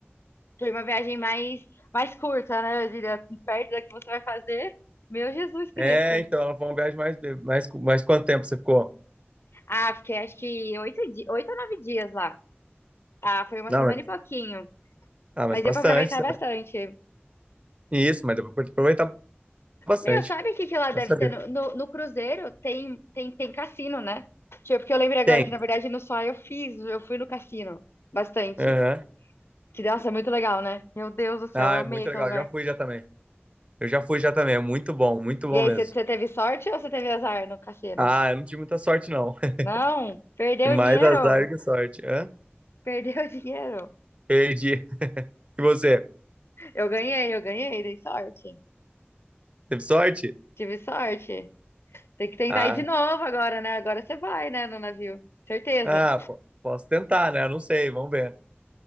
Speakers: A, on the left; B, on the right.
A: foi uma viagem mais, mais curta, né? Eu diria, perto da que você vai fazer. Meu Jesus Cristo.
B: É, então, ela foi uma viagem mais, mais, mais quanto tempo você ficou?
A: Ah, fiquei acho que oito, di- oito ou nove dias lá. Ah, foi uma
B: Não,
A: semana
B: mas,
A: e pouquinho.
B: ah, mas
A: Mas
B: bastante.
A: deu pra aproveitar bastante.
B: né? Isso, mas deu pra aproveitar bastante.
A: Meu, sabe o que que lá deve
B: Nossa
A: ter?
B: vida.
A: No, no, no cruzeiro tem, tem, tem cassino, né? Tipo, porque eu lembrei agora
B: Tem.
A: que, na verdade, no Sol eu fiz, eu fui no cassino bastante.
B: Aham.
A: Que, nossa, é muito legal, né? Meu Deus do céu,
B: Ah,
A: eu amei
B: é muito
A: aquele
B: legal.
A: lugar.
B: Já fui já também. Eu já fui já também. É muito bom, muito bom
A: E aí,
B: mesmo.
A: você você teve sorte ou você teve azar no cassino?
B: Ah, eu não tive muita sorte, não. <laughs>
A: Não, perdeu
B: Tive
A: o
B: mais
A: dinheiro?
B: azar que sorte. Hã?
A: Perdeu o <laughs> dinheiro.
B: Perdi. E você?
A: Eu ganhei, eu ganhei, dei sorte.
B: Teve sorte?
A: Tive sorte. Tem que tentar
B: Ah,
A: ir de novo agora, né? Agora você vai, né, no navio. Certeza.
B: ah, po- posso tentar, né? Não sei, vamos ver.